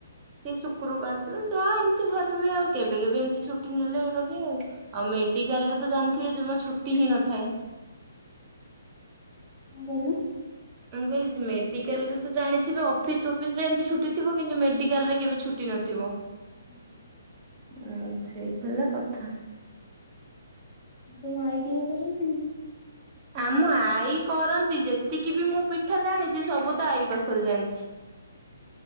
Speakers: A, on the right; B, on the left.
A: ସେଇ ଶୁକ୍ରୁବାର୍ ଦିନ ଯାଆ ଏମ୍‌ତି ଘରେ ରୁହେ ଆଉ କେବେ କେବେ ଏମ୍‌ତି ଛୁଟି ନେଲେ ରୋହେ ଆଉ ଆଉ ମେଡିକାଲ୍‌ରେ ତ ଜାନ୍‌ଥିବେ ଯମା ଛୁଟି ହିଁ ନ ଥାଏ
B: କଣ୍ ଗଇଲ
A: ମୁଁ କଇଲିଜ୍ ମେଡିକାଲ୍‌ରେ ତ ଜାଣିଥିବେ ଅଫିସ୍‌ ଅପିସ୍‌ରେ ଏମ୍‌ତି ଛୁଟି ଥିବ କିନ୍ତୁ ମେଡିକାଲ୍‌ରେ କେବେ ଛୁଟି ନଥିବ
B: ହୁଁ
A: ହୁଁ ସେଇ ଧିଲା କଥା
B: ମୁଁ ତମ ଆଇ କେବେ କରନ୍ତିିନି
A: ଆମ ଆଈ କରନ୍ତି ଯେତିକି ବି ମୁଁ ପିଠା ଜାଣିଜିି ସବୁ ତ ଆଈ ପାଖୁରୁ ଜାଣିଚ୍
B: <inaudible>